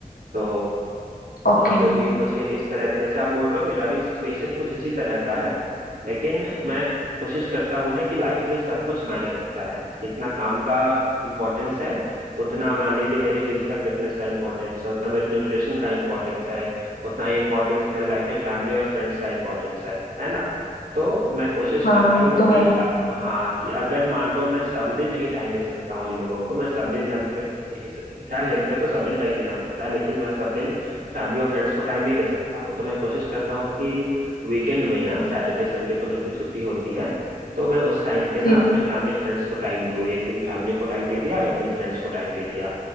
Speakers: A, on the right (about 80°); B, on the left (about 80°).
A: तो
B: ओके
A: वहाँ पे भी मुझे इस तरह का जैसे आप बोल रहे हो मेरा भी सिचुएशन कुछ इसी तरह का है लेकिन मैं कोशिश करता हूँ ना कि लाइफ में सब कुछ मायने रखता है जितना काम का इम्पोर्टेंस है उतना मान लीजिए मेरी फिजिकल फिटनेस का इम्पोर्टेंस है उतना मेरे न्यूट्रिशन का इम्पोर्टेंस है उतना ही इम्पोर्टेंस मेरी लाइफ में फैमिली और फ्रेंड्स का इम्पोर्टेंस है है ना तो मैं कोशिश
B: हाँ
A: करता
B: ये
A: हूँ
B: तो
A: कि
B: है
A: अ, हाँ कि अगर मान लो मैं सब दिन नहीं टाइम दे सकता हूँ इन लोगों को मैं सब दिन हेल्थ पे नहीं खैर हेल्थ पे तो सब दिन टाइम देना पड़ता है लेकिन मैं सब दिन फैमिली और फ्रेंड्स को टाइम नहीं दे सकता हूँ तो मैं कोशिश करता हूँ कि वीकेंड में ना सैटरडे संडे को जब भी छुट्टी होती है तो मैं उस टाइम पे ना
B: जी
A: अपने फैमिली फ्रेंड्स को टाइम दूँ एक दिन फैमिली को टाइम दे दिया एक दिन फ्रेंड्स को टाइम दे दिया